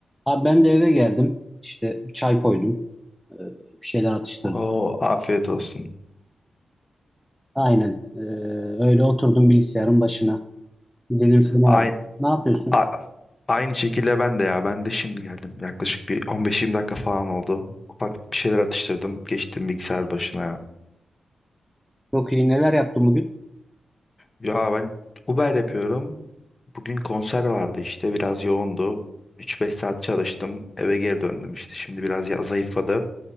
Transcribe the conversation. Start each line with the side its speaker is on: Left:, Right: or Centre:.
Centre: Abi ben de eve geldim. İşte bir çay koydum. Ee, bir şeyler atıştırdım.
Left: Oo, afiyet olsun.
Centre: Aynen. Ee, öyle oturdum bilgisayarın başına. Dedim seni
Left: Ay,
Centre: arayayım. Ne yapıyorsun?
Left: a- aynı şekilde ben de ya. Ben de şimdi geldim. Yaklaşık bir 15-20 dakika falan oldu. Ufak bir şeyler atıştırdım. Geçtim bilgisayar başına ya.
Centre: Çok iyi. Neler yaptın bugün?
Left: Ya ben Uber yapıyorum. Bugün konser vardı işte. Biraz yoğundu. 3-5 saat çalıştım. Eve geri döndüm işte. Şimdi biraz ya zayıfladı.